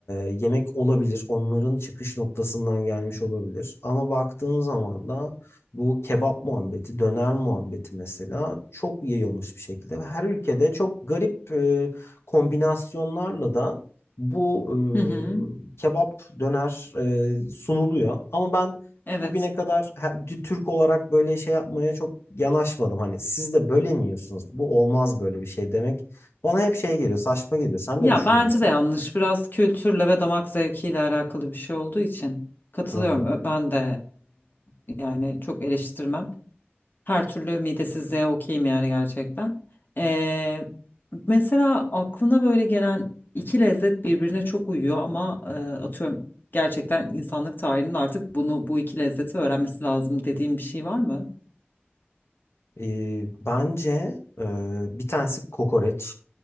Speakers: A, on the left; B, on the left.
A: yemek olabilir. Onların çıkış noktasından gelmiş olabilir. Ama baktığın zaman da bu kebap muhabbeti, döner muhabbeti mesela çok yayılmış bir şekilde ve her ülkede çok garip e, kombinasyonlarla da bu
B: Hı hı.
A: e, kebap döner e, sunuluyor. Ama ben
B: Evet.
A: bugüne kadar he- t- Türk olarak böyle şey yapmaya çok yanaşmadım. Hani siz de böyle mi yiyorsunuz? Bu olmaz böyle bir şey demek. Bana hep şey geliyor, saçma geliyor. Sen
B: Ya
A: ne düşünüyorsun?
B: bence de yanlış. Biraz kültürle ve damak zevkiyle alakalı bir şey olduğu için katılıyorum.
A: Hı hı.
B: Ö- Ben de eee, yani çok eleştirmem. Her türlü midesizliğe okeyim yani gerçekten. Eee, mesela aklına böyle gelen iki lezzet birbirine çok uyuyor ama eee, atıyorum gerçekten insanlık tarihinin artık bunu bu iki lezzeti öğrenmesi lazım dediğim bir şey var mı?
A: E, bence e, bir tanesi kokoreç.